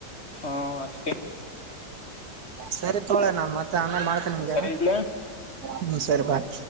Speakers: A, on the left (about 40°); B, on the right (about 65°).
A: ಹ ಅಷ್ಟೇ
B: ಸರಿ ತೊಳೀ ಮತ್ತೆ ಆಮೇಲೆ ಮಾಡ್ತೀನ್ ನಿಮ್ಗೆ.
A: ಸರಿ ಇಡ್ಲೆ
B: ಹ್ಮ್ ಸರಿ ಬಾಯ್.